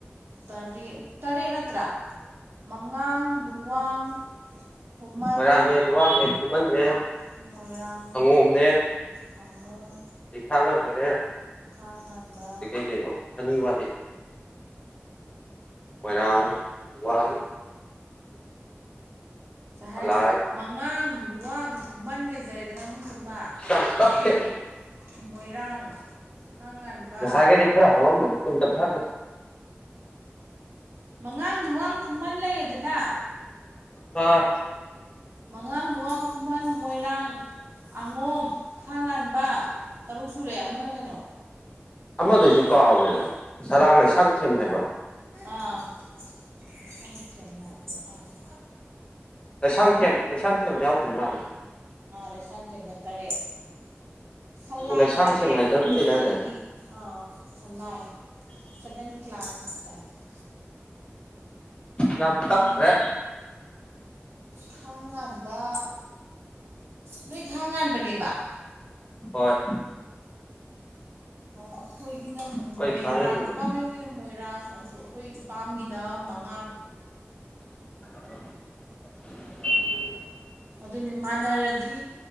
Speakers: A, on the right (about 65°); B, on the left (about 25°).
A: ꯇꯔꯦꯠ ꯇꯔꯦꯠ ꯅꯠꯇ꯭ꯔꯥ ꯃꯉꯥꯡ ꯂꯨꯋꯥꯡ ꯈꯨꯃꯟ
B: ꯃꯣꯏꯔꯥꯡꯊꯦꯝ ꯂꯨꯋꯥꯡꯊꯦꯝ ꯈꯨꯃꯥꯟꯊꯦꯝ
A: ꯃꯣꯏꯔꯥꯡ
B: ꯑꯪꯉꯣꯝꯅꯦ
A: ꯉꯥꯉꯣꯝ
B: ꯑꯗꯩ ꯈꯥ ꯉꯥꯟꯕꯅꯦ
A: ꯈꯥ ꯉꯥꯟꯕ
B: ꯀꯩꯅꯣ ꯑꯅꯤ ꯋꯥꯂꯤ ꯃꯣꯏꯔꯥꯡ ꯂꯨꯋꯥꯡ
A: ꯁꯦ
B: ꯁꯂꯥꯏ
A: ꯍꯥꯏꯔꯤꯁꯦ ꯃꯉꯥꯡ ꯂꯨꯋꯥꯡ ꯈꯨꯃꯟ ꯂꯩꯖꯔꯦꯗꯅ ꯑꯍꯨꯝꯗꯨꯃ
B: ꯌꯥꯝ ꯇꯞꯄꯦ
A: ꯑꯗꯒꯤ ꯃꯣꯏꯔꯥꯡ ꯈꯥꯡꯉꯥꯟꯕ
B: ꯉꯁꯥꯏꯈꯩꯗꯤ ꯈꯔ ꯍꯧꯔꯝꯕꯅꯤ ꯇꯨꯝ ꯇꯞꯊꯥꯒꯔꯦ
A: ꯃꯉꯥꯡ ꯂꯨꯋꯥꯡ ꯈꯨꯃꯟ ꯂꯩꯔꯦꯗꯅ
B: ꯑꯥ
A: ꯃꯉꯥꯡ ꯂꯨꯋꯥꯡ ꯈꯨꯃꯟ ꯃꯣꯏꯔꯥꯡ ꯑꯉꯣꯝ ꯈꯥ ꯉꯥꯟꯕ ꯇꯔꯨꯛ ꯁꯨꯔꯦ ꯑꯃꯅ ꯀꯩꯅꯣ
B: ꯑꯃꯗꯣ ꯑꯩꯁꯨ ꯀꯥꯎꯒꯔꯦꯕ ꯁꯂꯥꯡ ꯂꯩꯁꯥꯡꯊꯦꯝ ꯍꯥꯏꯕ꯭ꯔꯣ
A: ꯑꯥ ꯂꯩꯁꯥꯡꯊꯦꯝ ꯍꯥꯏꯕꯔꯥ ꯀꯩꯅꯣꯝ ꯍꯥꯏꯕꯅꯤ
B: ꯂꯩꯁꯥꯡꯊꯦꯝ ꯂꯩꯁꯥꯡꯊꯦꯝ ꯌꯥꯎꯗ꯭꯭ꯔꯤ ꯃꯥꯂꯦ
A: ꯂꯩꯁꯥꯡ ꯊꯦꯝꯒ ꯇꯔꯦꯠ ꯁꯂꯥꯏ
B: ꯂꯩꯁꯥꯡꯊꯦꯝ
A: ꯇꯔꯦꯠ
B: ꯍꯥꯏꯗꯅ ꯑꯃ
A: ꯃꯩꯇꯩꯒꯤ
B: ꯂꯩꯗꯥꯏꯅꯦ
A: ꯑꯥ ꯁꯂꯥꯏ ꯁꯚꯦꯟ ꯀ꯭ꯂꯥꯟꯁ ꯀꯩ ꯍꯥꯏꯕꯗꯣ
B: ꯌꯥꯝ
A: ꯎꯝ
B: ꯇꯞ꯭ꯈꯔꯦ
A: ꯈꯥ ꯉꯥꯟꯕ ꯅꯣꯏ ꯈꯥ ꯉꯥꯟꯕꯅꯦꯕ
B: ꯍꯣꯏ
A: ꯑꯩꯈꯣꯏꯒꯤꯅ
B: ꯑꯩꯈꯣꯏ
A: ꯃꯣꯏꯔꯥꯡ
B: ꯈꯥꯡ ꯉꯟꯕ
A: ꯅꯨꯄꯥ ꯃꯌꯨꯝꯒꯤꯅ ꯃꯣꯏꯔꯥꯡ ꯑꯗꯨꯒ ꯑꯩꯈꯣꯏ ꯏꯄꯥꯝꯒꯤꯅ ꯃꯉꯥꯡ
B: <unintelligible>
A: ꯑꯗꯨꯅꯦ ꯃꯥꯟꯅꯔꯗꯤ